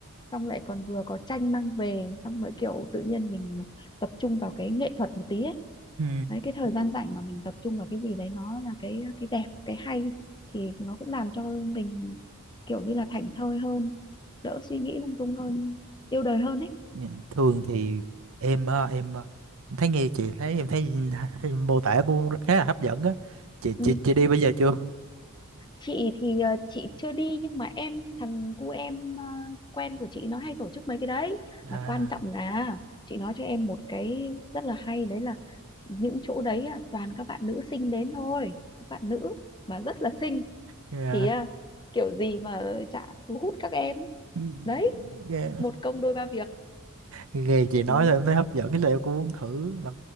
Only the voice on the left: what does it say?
xong lại còn vừa có tranh mang về xong rồi kiểu tự nhiên mình tập trung vào cái nghệ thuật một tí ấy
đấy cái thời gian rảnh mà mình tập trung vào cái gì đấy nó là cái cái đẹp cái hay thì nó cũng làm cho mình kiểu như là thảnh thơi hơn đỡ suy nghĩ lung tung hơn yêu đời hơn ấy
ừ
chị thì ờ, chị chưa đi nhưng mà em thằng cu em ờ, quen của chị nó hay tổ chức mấy cái đấy
mà quan trọng là chị nói cho em một cái rất là hay đấy là những chỗ đấy á, toàn các bạn nữ xinh đến thôi các bạn nữ mà rất là xinh
thì ờ, kiểu gì mà chả thu hút các em
đấy
một công đôi ba việc
ừ,